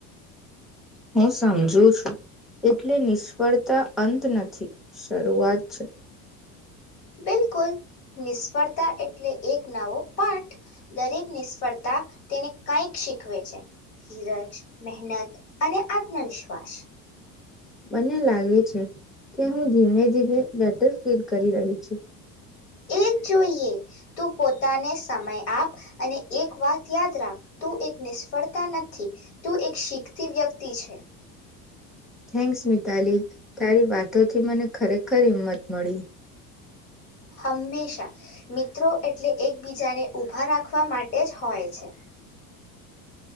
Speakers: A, in the centre; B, on the left.
A: હું સમજું છું એટલે નિષ્ફળતા અંત નથી શરૂઆત છે
B: બિલકુલ નિષ્ફળતા એટલે એક નવો પાઠ દરેક નિષ્ફળતા તેને કંઈક શીખવે છે ધીરજ મહેનત અને આત્મવિશ્વાસ
A: મને લાગે છે કે હું ધીમે ધીમે બેટર ફીલ કરી રહી છું
B: એ જોઈએ તું પોતાને સમય આપ અને એક વાત યાદ રાખ તું એક નિષ્ફળતા નથી તું એક શીખતી વ્યક્તિ છે
A: થેન્ક્સ મિતાલી તારી વાતોથી મને ખરેખર હિંમત મળી
B: હંમેશા મિત્રો એટલે એકબીજાને ઊભા રાખવા માટે જ હોય છે